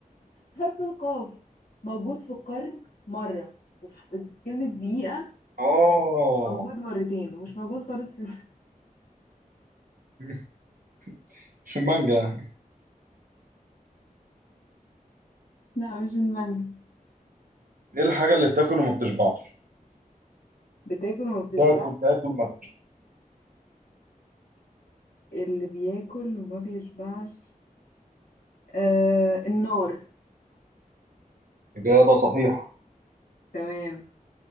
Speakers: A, on the left; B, on the right.
A: حرف القاف موجود في القرن مرة وفي كلمة دقيقة
B: آه
A: موجود مرتين ومش موجود خالص في
B: <laughs> مش المانجا يعني
A: لا مش المانجا
B: دي الحاجة اللي بتاكل وما بتشبعش
A: بتاكل وما بتشبعش
B: تاكل تاكل ما بت-
A: اللي بياكل وما بيشبعش آه النار
B: إجابة صحيحة
A: تمام